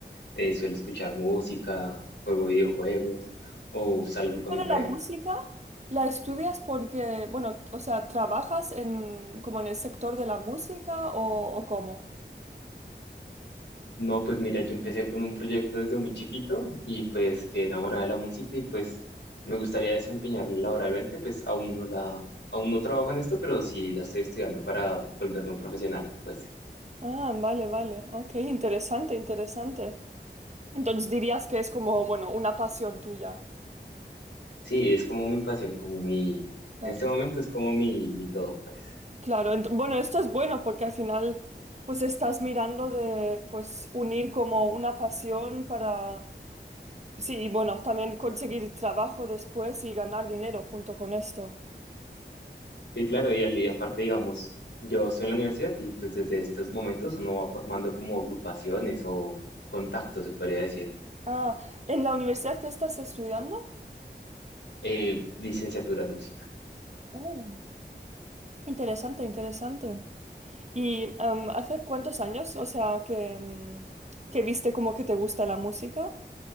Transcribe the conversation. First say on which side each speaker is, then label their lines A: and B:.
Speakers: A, on the left; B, on the right.
A: eh, suelo escuchar música, juego videojuegos o salgo
B: Esto
A: con mi
B: de
A: pareja.
B: la música, ¿la estudias porque, bueno, o sea, trabajas en como en el sector de la música o, o cómo?
A: No, pues mira, yo empecé con un proyecto desde muy chiquito y pues quedé enamorada de la música y pues me gustaría desempeñarla laboralmente, pues aún no la, aún no trabajo en esto, pero sí la estoy estudiando para volverme un profesional, pues
B: Ah, vale, vale. Ok, interesante, interesante. Entonces dirías que es como, bueno, una pasión tuya.
A: sí, es como mi pasión, como mi,
B: Claro.
A: en este momento es como mi, mi todo, pues.
B: Claro, ent- bueno, esto es bueno porque al final pues estás mirando de pues unir como una pasión para Sí, y bueno, también conseguir trabajo después y ganar dinero junto con esto.
A: Sí, claro, y, al- y aparte, digamos, yo estoy en la universidad y pues desde estos momentos uno va formando como agrupaciones o contactos, se podría decir,
B: Ah, ¿en la universidad que estás estudiando?
A: eh, licenciaturas música.
B: Mm, interesante, interesante. ¿Y em, hace cuántos años, o sea, que, em, que viste como que te gusta la música?